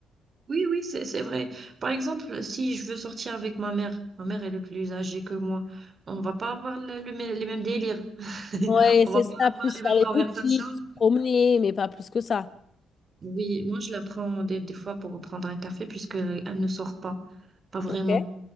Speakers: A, on the right; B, on the left.
A: Oui, oui, c'est, c'est vrai. Par exemple, si je veux sortir avec ma mère, ma mère, elle est plus âgée que moi, on va pas avoir le- le mê- les mêmes délires. <laughs>
B: Ouais,
A: On va
B: c'est
A: pas
B: ça,
A: avoir
B: plus
A: les
B: faire
A: mêmes
B: les
A: conversations.
B: boutiques, promener, mais pas plus que ça.
A: Oui, moi je la prends des, des fois pour prendre un café puisque elle ne sort pas, pas vraiment.
B: Ok.